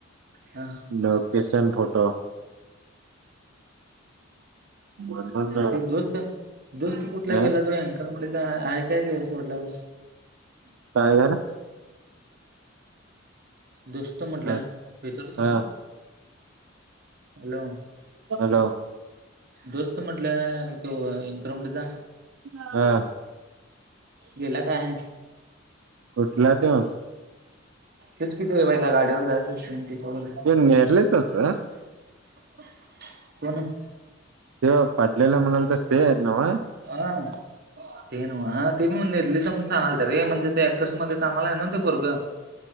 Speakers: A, on the right; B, on the right.
A: हा हा
B: लोकेशन फोटो.... म्हणून
A: ते दोस्त, दोस्त कुठला
B: अ
A: गेला तो हाय म्ह आहे काय का असं म्हटलं...
B: काय झालं
A: दोस्त म्हटलं
B: ह
A: <unintelligible> सांगू,
B: हा
A: हॅलो.
B: हॅलो.
A: दोस्त म्हटलं तो <unintelligible> मध्ये जा.
B: हा.
A: गेला काय
B: कुठला त्यो?
A: हेच की ते बैलागाडीवर जायचं,
B: ते नेरलेचच
A: <unintelligible> कोणाचं?
B: तेव पडलेला म्हणुन बसते आहेत नव.
A: आ, ते नव्ह ते म्हण नेर्लीचा म्हणून आल तारे, म्हणजे ते ऍकर्स मध्ये कामाला आहे ना त्यो पोरगं?